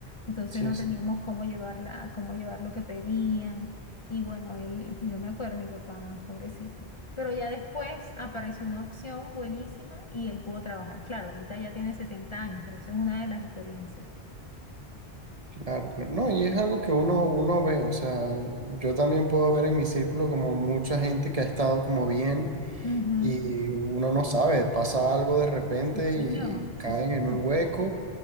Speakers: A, on the left; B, on the right.
A: Entonces
B: Sí,
A: no
B: sí,
A: teníamos cómo llevarla, cómo llevar lo que pedían y bueno, él, yo me acuerdo, mi papá, pobrecito. Pero ya después apareció una opción buenísima y él pudo trabajar. Claro, ahorita ya tiene 70 años, pero eso es una de las experiencias.
B: claro, claro. No, y es algo que uno, uno ve, o sea, yo también puedo ver en mi círculo como mucha gente que ha estado como bien
A: Ujú.
B: y uno no sabe, pasa algo de repente
A: Sí, señor,
B: y
A: sí,
B: caen
A: señor.
B: en un hueco.